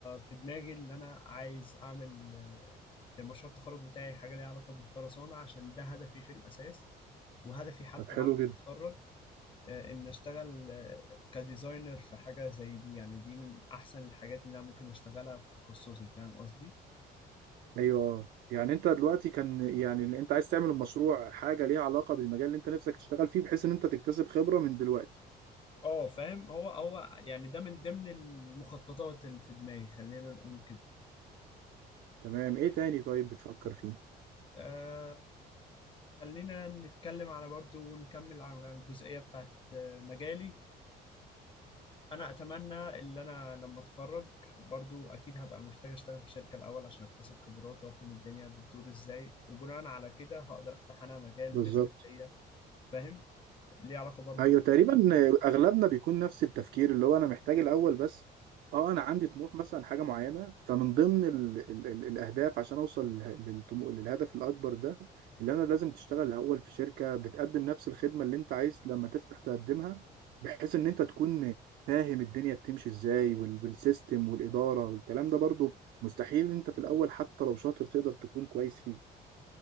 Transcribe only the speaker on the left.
في دماغي اللي انا عايز اعمل آه، المشروع التخرج بتاعي حاجه ليها علاقه بالخرسانه عشان ده هدفي في الاساس وهدفي حتى
بعد ما
اتخرج آه، ان اشتغل آه، كديزاينر في حاجه زي دي يعني دي من احسن الحاجات اللي انا ممكن اشتغلها في تخصصي فاهم قصدي
اه فاهم هو هو يعني ده من ضمن المخططات اللي في دماغي خلينا نقول كده
آه خلينا نتكلم على برضو ونكمل على الجزئيه بتاعت آه، مجالي انا اتمنى ان انا لما اتخرج برضو اكيد هبقى محتاج اشتغل في شركه الاول عشان اكتسب خبرات وافهم الدنيا بتدور ازاي وبناء على كده هقدر افتح انا مجال
بيزنس ليا فاهم ليه علاقه برضو